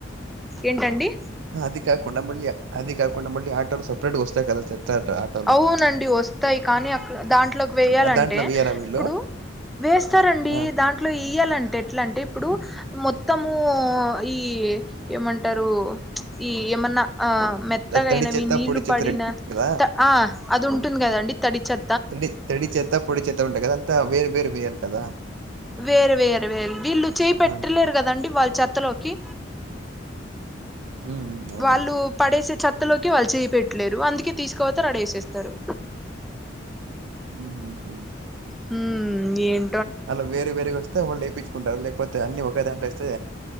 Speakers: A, in the centre; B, on the right.
A: ఏంటండి
B: అది కాకుండా మళ్ళీ అదికాకుండా మళ్ళీ ఆటోలో సపరేట్ వస్తాయి కదా చెత్త అంత
A: అవునండి వస్తాయి కానీ అక్క దాంట్లోకి వెేయాలంటే
B: ఆ! దాంట్లో వెయ్యరా వీళ్ళు?
A: ఇప్పుడు వేస్తారండి
B: ఆ
A: దాంట్లో ఇయ్యాలంటే ఎట్లా అంటే ఇప్పుడు మొత్తము ఈ ఏమంటారు ఈ ఏమన్నా ఆ మెత్తగా
B: త- తడి
A: అయినవి
B: చెత్త
A: నీళ్లు
B: పొడి చెత్త
A: పడిన
B: రెండు ఉంటాయి కదా
A: ఆ అది ఉంటుంది కదండి తడి చే
B: తడి తడి చేత్త పొడి చెత్త ఉంటాయి కదా అంత వేరు వేరు వెయ్యాలి కదా
A: వేరు వేరు వేరు వీళ్ళు చెయ్యి పెట్టలేరు
B: ఆ
A: కాదండి వాళ్ళ చెత్తలోకి
B: ఉమ్ ఉమ్, అవును
A: వాళ్ళు పడేసే చెత్తలోకి వాళ్ళు చేయి పెట్టలేరు అందుకే తీసుకోవోతరు అడేఏసేస్తారు
B: ఆ
A: హ్మ్ ఏం
B: అలా వేరువేరుగా వస్తే వాళ్ళు వేపించుకుంటారు లేకపోతే అన్ని ఒక దాంట్లో ఎస్తే